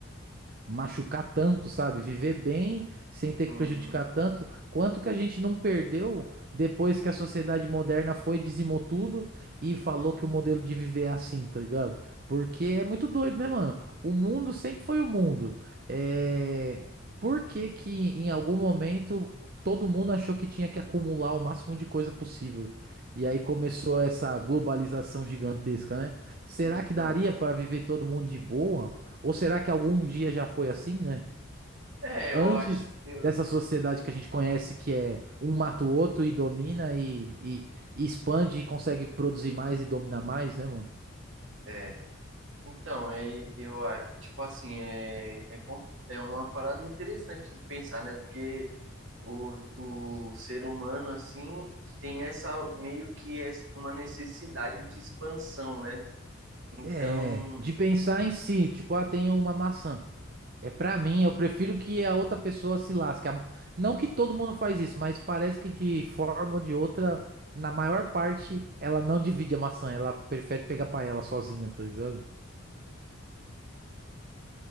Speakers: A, on the right (about 45°); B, on the right (about 65°).
A: machucar tanto, sabe? Viver bem sem ter
B: Uhum.
A: que prejudicar tanto. Quanto que a gente não perdeu depois que a sociedade moderna foi, dizimou tudo e falou que o modelo de viver é assim, tá ligado? Porque é muito doido, né, mano? O mundo sempre foi o mundo. É... Por que que em algum momento todo mundo achou que tinha que acumular o máximo de coisa possível? E aí começou essa globalização gigantesca, né? Será
B: Então,
A: que daria para viver todo mundo de boa? Ou será que algum dia já foi assim, né?
B: é,
A: Antes
B: eu acho, eu,
A: dessa sociedade que a gente conhece, que é um mata o outro e domina e, e- e expande e consegue produzir mais e dominar mais, né, mano?
B: é. Então, é, eu, a- tipo assim, é, é, com- é uma parada interessante de pensar, né? Porque o, o ser humano, assim, tem essa, meio que é uma necessidade de expansão, né? Então...
A: É, de pensar em si, tipo, ah, tem uma maçã. É pra mim, eu prefiro que a outra pessoa se lasque. A- Não que todo mundo faz isso, mas parece que de forma ou de outra, na maior parte, ela não divide a maçã, ela prefere pegar pra ela sozinha, tá ligado?